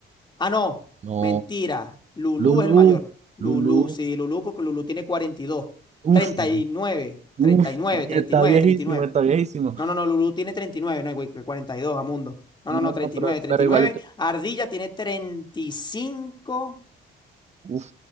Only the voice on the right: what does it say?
No.
Lulu,
Lulu,
Uf,
uf.
Está
viejísimo,
está viejísimo.
No,
no, pero,
pero
igualito.
Uf,